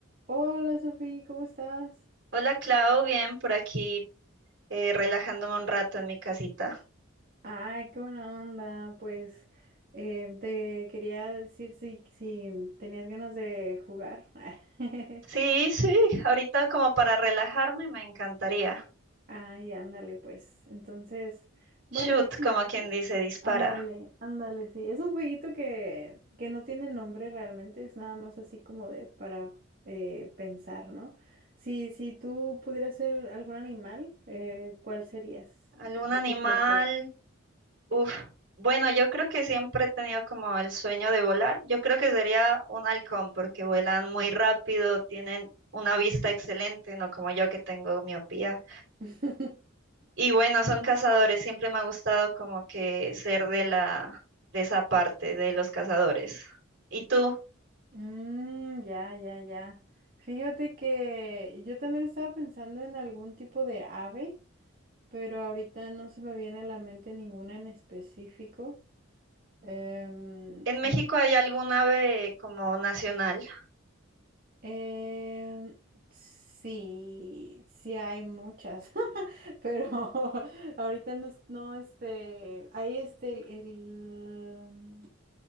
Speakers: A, on the right (about 45°); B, on the right (about 60°).
A: Hola Sofía, ¿cómo estás?
B: Hola Clau, bien por aquí eh, relajándome un rato en mi casita.
A: Ay, qué buena onda. Pues eh, te quería decir si, si tenías ganas de jugar. <laughs>
B: Sí, sí, ahorita como para relajarme me encantaría.
A: Ay, ándale, pues. Entonces, bueno,
B: Shoot,
A: es un-
B: como quien dice, dispara.
A: ándale, ándale, sí. Es un jueguito que, que no tiene nombre realmente, es nada más así como de para eh, pensar, ¿no? Si, si tú pudieras ser algún animal, eh, ¿cuál serías?
B: ¿Algún
A: ¿Y, po-
B: animal?
A: y por qué?
B: Uf. Bueno, yo creo que siempre he tenido como el sueño de volar. Yo creo que sería un halcón porque vuelan muy rápido, tienen una vista excelente, no como yo que tengo miopía.
A: <laughs>
B: Y bueno, son cazadores, siempre me ha gustado como que ser de la, de esa parte, de los cazadores. ¿Y tú?
A: Mm, ya, ya, ya. Fíjate que yo también estaba pensando en algún tipo de ave, pero ahorita no se me viene a la mente ninguna en específico. Em,
B: ¿En
A: en-
B: México hay algún ave como nacional?
A: em, sí, sí hay muchas, <laughs> pero <laughs> ahorita no, es- no, este, hay este, el, el, mm,